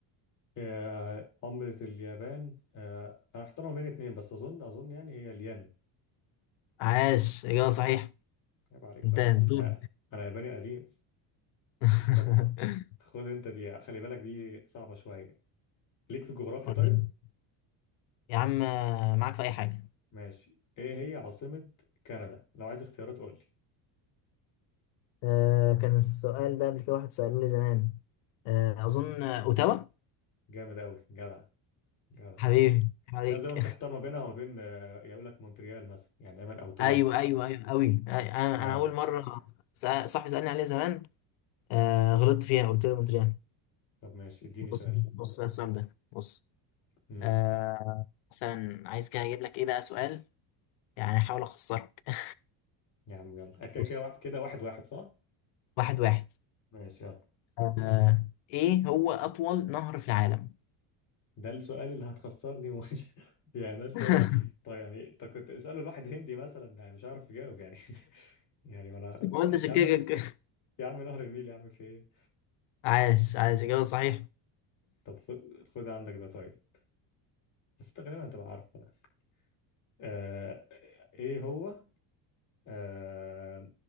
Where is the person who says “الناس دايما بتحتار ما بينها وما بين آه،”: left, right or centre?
Left